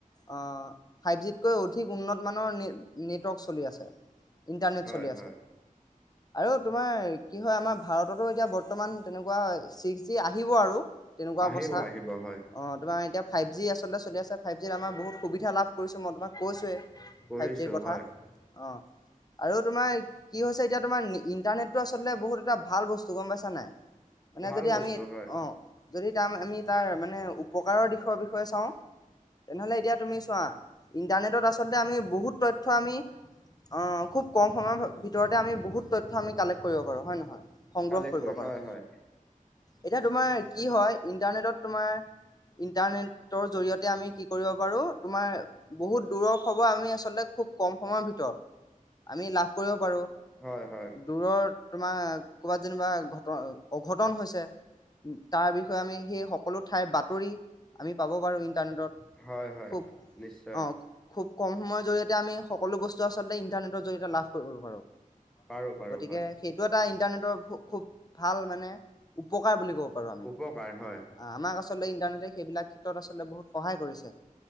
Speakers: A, on the left; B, in the centre.
A: অ', ফাইভ জিত কৈ অধিক উন্নত মানুহৰ নেটৱৰ্ক চলি আছে। ইণ্টাৰনেট
B: হয়
A: চলি আছে।
B: হয়
A: আৰু তোমাৰ কি হয় আমাৰ ভাৰততো এতিয়া বৰ্তমান তেনেকুৱা ছিক্স জি আহিব আৰু তেনেকুৱা
B: আহিব
A: অৱস্থা
B: আহিব হয়
A: অ', তোমাৰ এতিয়া ফাইভ জি আচলতে চলি আছে ফাইভ জিত আমাৰ বহুত সুবিধা লাভ কৰিছো মই তোমাক কৈছোৱয়েই।
B: কৰিছো
A: ফাইভ জিৰ কথা
B: হয়
A: অ, আৰু তোমাৰ কি হৈছে এতিয়া তোমাৰ ইণ্টাৰনেট টো আচলতে বহুত এটা ভাল বস্তু গম পাইছা নাই। মানে
B: ভাল
A: যদি
B: বস্তু
A: আমি
B: হয়।
A: অ' যদি তাৰ আমি তাৰ মানে উপকাৰৰ দিশৰ বিষয়ে চাওঁ তেনেহ'লে এতিয়া তুমি চোৱা, ইণ্টাৰনেটত আচলতে আমি বহুত তথ্য আমি অ', খুব কম সময়ৰ ভিতৰতে আমি বহুত তথ্য আমি কালেক্ট কৰিব পাৰোঁ, হয় নহয়? সংগ্ৰহ
B: কালেক্ট
A: কৰিব
B: কৰে
A: পাৰোঁ।
B: হয়, হয়,
A: এতিয়া তোমাৰ কি হয় ইণ্টাৰনেটত তোমাৰ, ইণ্টাৰনেটৰ জৰিয়ত তে আমি কি কৰিব পাৰোঁ তোমাৰ বহুত দূৰৰ খবৰ আমি আচলতে খুব কম সময়ৰ ভিতৰত, আমি লাভ কৰিব পাৰোঁ।
B: হয় হয়
A: দূৰৰ তোমাৰ ক'ৰবাত যেনিবা ঘটন অঘটন হৈছে, তাৰ বিষয়ে আমি সেই <unintelligible> ঠাইৰ বাতৰি, আমি পাব পাৰোঁ ইন্টাৰনেটত।
B: হয় হয়
A: খুব,
B: নিশ্চয়
A: অ, খুব কম সময়ৰ জৰিয়তে আমি সকলো বস্তু আচলতে ইণ্টাৰনেটৰ জতিয়ে লাভ কৰিব পাৰোঁ,
B: পাৰো পাৰো
A: গতিকে
B: হয়
A: সেইটো এটা ইটাৰনেটৰ খু-খুব ভাল মানে, উপকাৰ বুলি ক'ব পাৰোঁ আমি।
B: উপকাৰ হয়
A: আহ আমাক আচলতে ইণ্টাৰনেটে সেইবিলাক ক্ষেত্ৰত আচলতে বহুত সহায় কৰিছে।